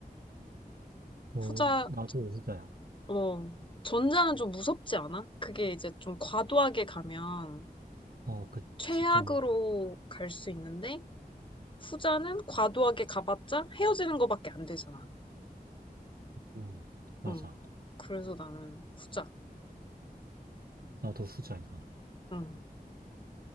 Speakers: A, on the right (about 70°); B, on the left (about 30°).
A: 어,
B: 후자,
A: 나도 후자야.
B: 어, 전자는 좀 무섭지 않아? 그게 이제 좀 과도하게 가면
A: 어, 그치,
B: 최악으로
A: 좀,
B: 갈 수 있는데 후자는 과도하게 가봤자 헤어지는 거밖에 안 되잖아.
A: 음, 맞아.
B: 응. 그래서 나는 후자.
A: 나도 후자, 이건.
B: 응.